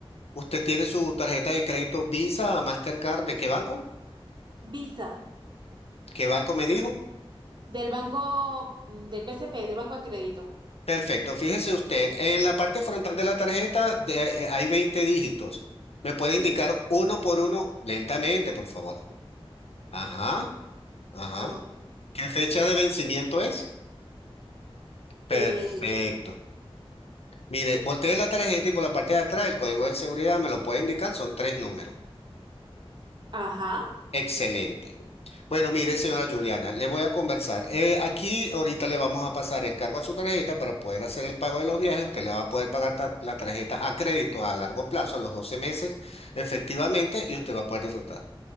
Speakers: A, on the left; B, on the right.
A: ¿Usted tiene su tarjeta de crédito Visa, Mastercard, de qué banco?
B: Visa,
A: ¿Qué banco me dijo?
B: del banco, del BCP, del Banco de Crédito.
A: Perfecto. Fíjese usted, en la parte frontal de la tarjeta de- eh, hay 20 dígitos. ¿Me puede indicar
B: Sí,
A: uno por uno lentamente, por favor? Ajá, ajá.
B: ok.
A: ¿Qué fecha de vencimiento es? Perfecto.
B: El,
A: Mire, volteé la tarjeta y por la parte de atrás el código de seguridad me lo puede indicar, son tres números.
B: ajá,
A: Excelente. Bueno, mire, señora Juliana, le voy a conversar. Eh, aquí ahorita le vamos a pasar el cargo a su tarjeta para poder hacer el pago de los viajes. Usted le va a poder pagar ta- la tarjeta a crédito a largo plazo, a los 12 meses, efectivamente, y usted va a poder disfrutar.